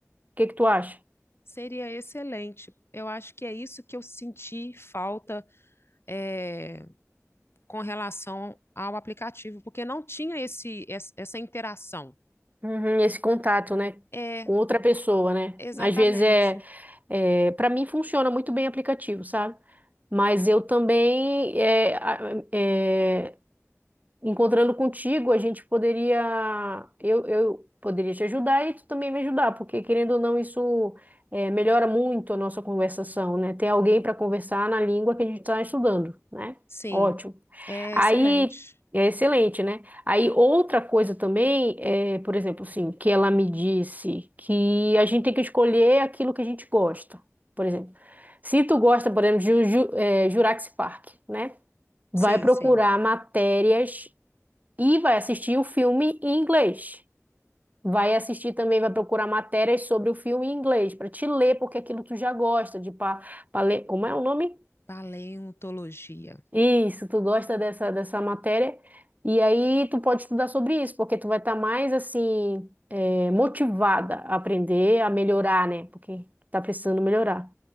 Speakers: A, on the right; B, on the left.
A: O que que tu acha?
B: Seria excelente. Eu acho que é isso que eu senti falta é, com relação ao aplicativo, porque não tinha esse, es- essa interação.
A: Uhum, esse contato, né,
B: É,
A: com outra pessoa, né?
B: exatamente.
A: Às vezes é, é para mim funciona muito bem aplicativo, sabe? Mas eu também é, a- é, encontrando contigo, a gente poderia, eu, eu poderia te ajudar e tu também me ajudar, porque querendo ou não, isso eh, melhora muito a nossa conversação, né? Ter alguém para conversar na língua que a gente está estudando, né?
B: Sim,
A: Ótimo.
B: é
A: Aí
B: excelente.
A: é excelente, né? Aí outra coisa também é, por exemplo, assim, que ela me disse que a gente tem que escolher aquilo que a gente gosta. Por exemplo, se tu gosta, por exemplo, de Ju- Ju- eh, Jurassic Park, né? Vai
B: Sim,
A: procurar
B: sim.
A: matérias e vai assistir o filme em inglês. Vai assistir também, vai procurar matérias sobre o filme em inglês, para te ler, porque aquilo tu já gosta de pa, pa ler. Como é o nome?
B: Paleontologia.
A: Isso, tu gosta dessa, dessa matéria. E aí tu pode estudar sobre isso, porque tu vai estar mais assim, eh, motivada a aprender, a melhorar, né? Porque tá precisando melhorar.